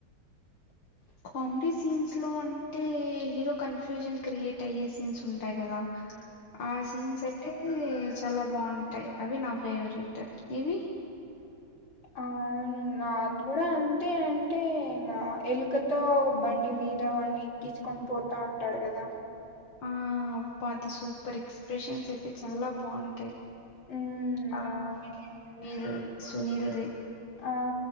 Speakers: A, on the left (about 60°); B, on the left (about 80°).
A: ఆ
B: కామ్డీ సీన్స్లో అంటే హీరో కన్ఫ్యూజన్ క్రియేట్ అయ్యే సీన్స్ ఉంటాయి గదా ఆ సీన్స్యితే చలా బాంటయ్ అవి నా ఫేవరెట్ ఇవి
A: ఆ ఔను నాద్గుడా అంతే అంటే ఇంగ ఎలుకతో బండి మీద వాణ్ణి కీచ్కొన్ పోతాంటడ్ గదా
B: ఆ పాతి సుపర్ ఎక్స్ప్రెషన్సైతే చాలా బాంటాయి
A: ఉమ్
B: ఆ
A: అవును
B: కమిడియన్ సునీల్ సునీల్ది
A: ఆఆ